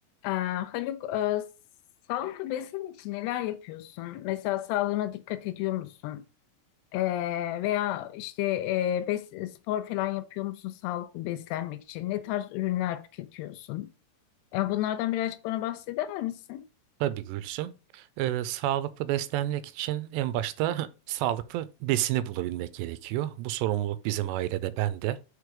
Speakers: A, on the left; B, on the right.
A: Ee, Haluk, e, sağlıklı beslenmek için neler yapıyorsun? Mesela sağlığına dikkat ediyor musun? Ee, veya işte e, bes, spor falan yapıyor musun sağlıklı beslenmek için? Ne tarz ürünler tüketiyorsun? Ya bunlardan birazcık bana bahseder misin?
B: Tabii Gülsüm. Ee, sağlıklı beslenmek için en başta <laughs> sağlıklı besini bulabilmek gerekiyor. Bu sorumluluk bizim ailede, ben de.